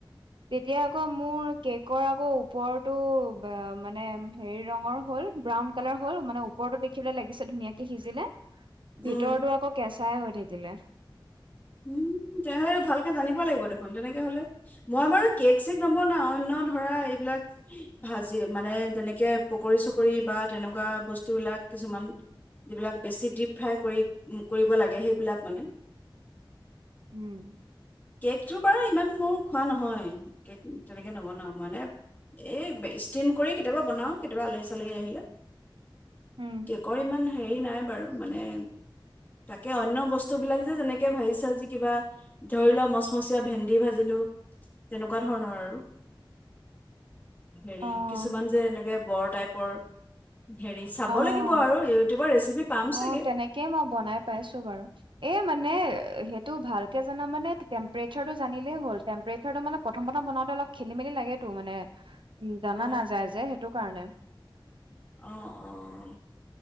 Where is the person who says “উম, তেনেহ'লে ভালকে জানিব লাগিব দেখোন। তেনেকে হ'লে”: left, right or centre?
Left